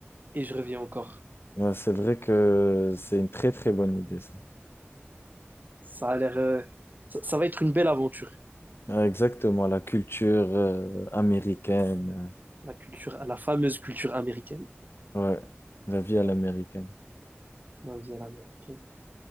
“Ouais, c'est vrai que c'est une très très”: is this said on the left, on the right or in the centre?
Left